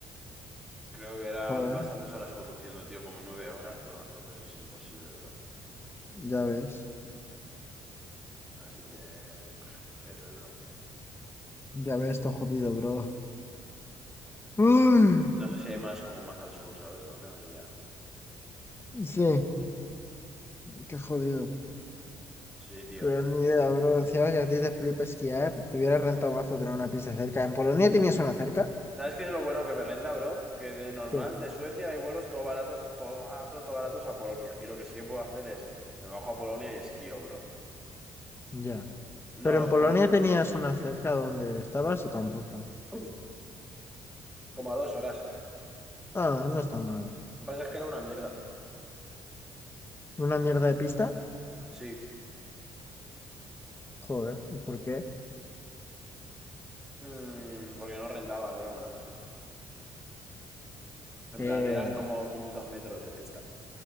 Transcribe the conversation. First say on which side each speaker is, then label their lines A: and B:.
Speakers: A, in the centre; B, on the left.
A: Creo que eran
B: Joder,
A: bastantes horas conduciendo, tío, como nueve horas, bro. Entonces es imposible, bro.
B: ya ves.
A: Así que... pf, F, bro.
B: Ya ves, esto jodido, bro. Uy,
A: No sé si hay más como más al sur, ¿sabes? No tengo ni idea.
B: sí. Qué jodido.
A: Sí, tío.
B: Pero ni idea, bro. Encima que a ti te flipa esquiar, te hubiera rentado mazo tener una pista cerca. ¿En Polonia tenías una cerca?
A: ¿Sabes qué es lo bueno que me renta, bro? Que de normal,
B: Sí.
A: de Suecia hay vuelos todo baratos, todo baratos, todo baratos a Polonia. Y lo que sí que puedo hacer es, me bajo a Polonia y esquío, bro.
B: Ya. ¿Pero
A: No,
B: en
A: en
B: Polonia
A: Polonia,
B: tenías una cerca donde estabas o tampoco?
A: <clears throat> <laughs> como a dos horas.
B: Ah, no está mal.
A: Lo que pasa es que era una mierda.
B: ¿Una mierda de pista?
A: Sí,
B: Joder, ¿y ¿por qué?
A: Mm, porque no rentaba, bro, nada. En
B: Eh,
A: plan, eran como 500 metros de pista.